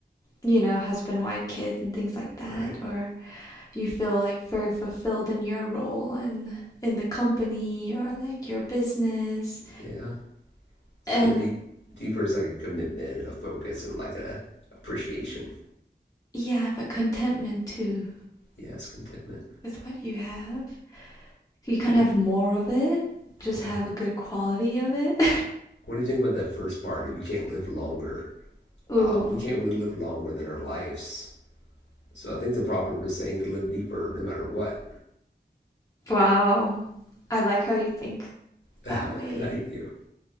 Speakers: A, on the left; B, on the left.
A: you know husband wife kids and things like that
B: right.
A: or you feel like very fulfilled in your role and in the company or like your business
B: Yeah. So
A: and
B: deep, deeper is like a commitment and a focus and like a appreciation.
A: yeah but contentment too
B: Yes, contentment.
A: with what you have you can't
B: What
A: have more of it just
B: Yeah.
A: have a good quality of it
B: What do you think about that first part? If you can't live longer,
A: <laughs>
B: um,
A: ooh
B: we can't really live longer than our lives. So I think the proverb is saying to live deeper no matter what.
A: Wow. I like how you think
B: <laughs>
A: that way.
B: Thank you.